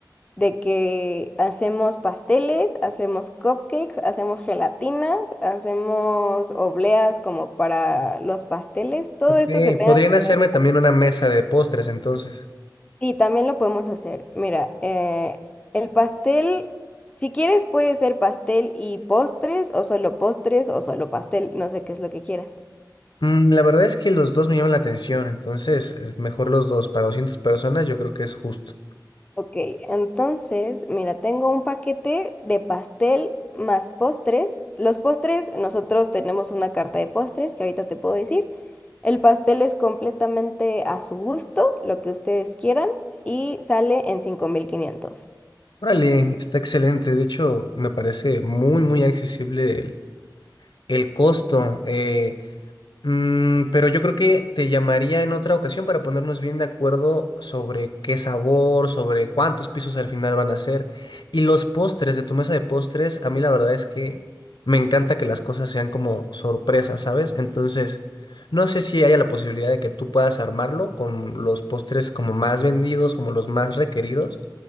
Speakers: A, on the left; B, on the left.
A: de que hacemos pasteles, hacemos cupcakes, hacemos gelatinas, hacemos obleas como para los pasteles, todo
B: Ok,
A: esto que tenga
B: podrían
A: que
B: hacerme
A: ver
B: también una mesa de postres entonces.
A: Sí, también lo podemos hacer. Mira, eh, el pastel, si quieres puede ser pastel y postres o solo postres o solo pastel, no sé qué es lo que quieras.
B: Mm, la verdad es que los dos me llaman la atención, entonces es mejor los dos. Para 200 personas yo creo que es justo.
A: Ok, entonces, mira, tengo un paquete de pastel más postres. Los postres, nosotros tenemos una carta de postres que ahorita te puedo decir. El pastel es completamente a su gusto, lo que ustedes quieran, y sale en cinco mil quinientos.
B: Órale, está excelente. De hecho, me parece muy, muy accesible el, el costo. Eh, Mm, pero yo creo que te llamaría en otra ocasión para ponernos bien de acuerdo sobre qué sabor, sobre cuántos pisos al final van a ser. Y los postres de tu mesa de postres, a mí la verdad es que me encanta que las cosas sean como sorpresas, ¿sabes? Entonces, no sé si haya la posibilidad de que tú puedas armarlo con los postres como más vendidos, como los más requeridos,